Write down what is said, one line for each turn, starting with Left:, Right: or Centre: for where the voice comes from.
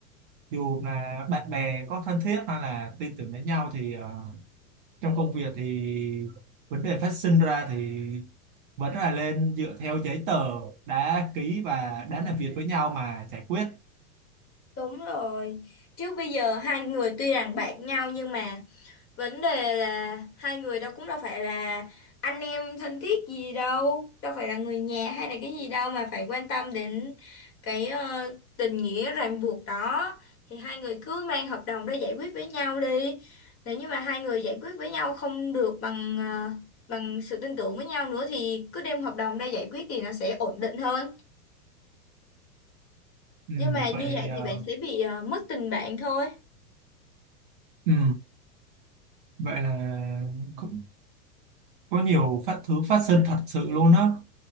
Right: dù là bạn bè có thân thiết hay là tin tưởng lẫn nhau thì ờ, trong công việc thì vấn đề phát sinh ra thì vẫn là lên dựa theo giấy tờ đã ký và đã làm việc với nhau mà giải quyết
Left: Đúng rồi. Chứ bây giờ hai người tuy rằng bạn nhau nhưng mà vấn đề là hai người đâu cũng đâu phải là anh em thân thiết gì đâu đâu phải là người nhà hay là cái gì đâu mà phải quan tâm đến cái ờ, tình nghĩa ràng buộc đó thì hai người cứ mang hợp đồng ra giải quyết với nhau đi nếu như mà hai người giải quyết với nhau không được bằng ờ, bằng sự tin tưởng với nhau nữa thì cứ đem hợp đồng ra giải quyết thì nó sẽ ổn định hơn
Right: ừ,
Left: nhưng mà như
Right: vậy thì
Left: vậy
Right: ờ,
Left: thì bạn sẽ bị ờ, mất tình bạn thôi
Right: ừ, vậy là có, có nhiều phát thứ phát sinh thật sự luôn đó